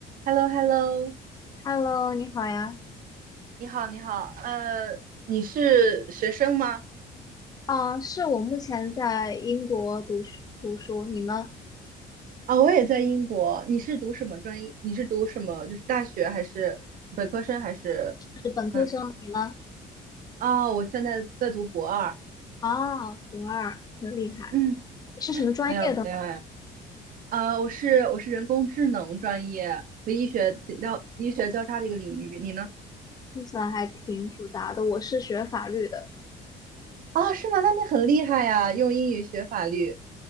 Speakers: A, on the right; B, on the left.
A: h e l l o h e l l o
B: Hello，你好呀。
A: 你好，你好，呃，你是学生吗？
B: 嗯，是我目前在英国读书读书，你呢？
A: 啊，我也在英国。你是读什么专业？你是读什么？就是大学还是本科生还是
B: 是本科生，
A: 嗯？
B: 你呢？
A: 哦，我现在在读博二。
B: 啊，博二，很厉害。
A: 嗯，
B: 你是什么专业的呢？
A: 没有，没有哎。啊，我是我是人工智能专业和医学交医学交叉的一个领域。你呢？
B: 听起来还挺复杂的。我是学法律的，
A: 啊，是吗？那你很厉害呀，用英语学法律。